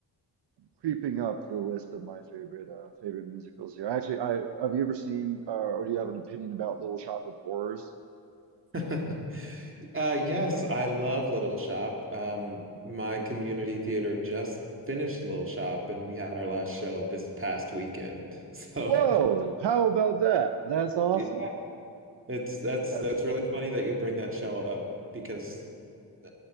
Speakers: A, on the right; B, on the right.
A: creeping up the list of my favorite uh, favorite musicals here. Actually, I have you ever seen uh, or do you have an opinion about Little Shop of Horrors?
B: <laughs> Uh, yes, I love Little Shop. Um, my community theater just finished Little Shop, and we had our last show this past weekend. <laughs> So
A: Whoa, how about that? That's awesome.
B: yeah, it's that's
A: That,
B: that's really funny that you bring that show up because Uh,